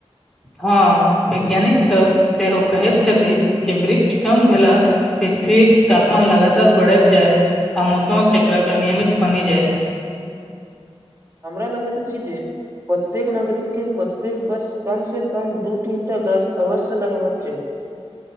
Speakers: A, in the centre; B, on the right.
A: हँ वैज्ञानिक सभ सेहो कहैत छथिन जे वृक्ष कम भेलथि पृथ्वी तापमान लगातार बढ़ जायत आ मौसम कऽ चक्रक अनियमित बनी जायत
B: हमरा लगैत अछि जे प्रत्येक नागरिक के प्रत्येक वर्ष कम से कम दू तीनटा गाछ अवश्य लगबाकऽ चाही